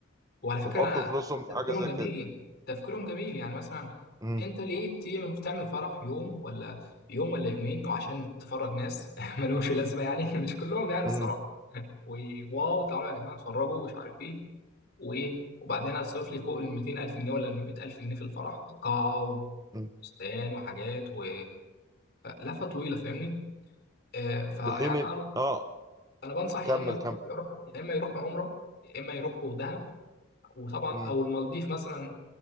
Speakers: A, on the left; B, on the right.
A: وعلى فكرة
B: يحطوا فلوسهم في حاجة
A: تفكيرهم
B: زي
A: جميل
B: كده
A: تفكيرهم جميل يعني مثلا
B: مم.
A: انت ليه تعمل تعمل فرح يوم ولا يوم ولا يومين وعشان تفرج ناس <laughs> ملهمش لازمة يعني <laughs> مش كلهم يعني الصراحة
B: مم.
A: وواو تعالوا يا جماعة اتفرجوا ومش عارف ايه وايه وبعدين اصرف لي فوق ال 200000 جنيه ولا ال 100000 جنيه في الفرح قاعة
B: مم.
A: وفستان وحاجات و لفة طويلة فاهمني آه فيعني
B: في حين إن-
A: انا
B: أه
A: انا بنصح
B: كمل
A: يا اما
B: كمل
A: يروح يا اما يروحوا عمرة يا اما يروحوا دهب وطبعا
B: مم.
A: او المالديف مثلا